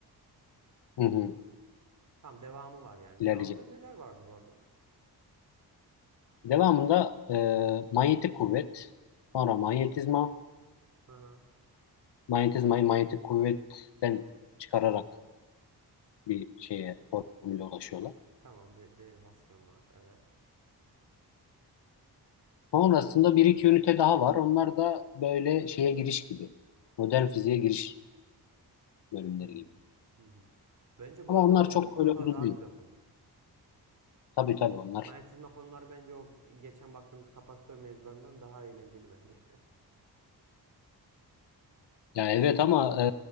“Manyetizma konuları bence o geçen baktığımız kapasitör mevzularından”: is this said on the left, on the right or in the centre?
Right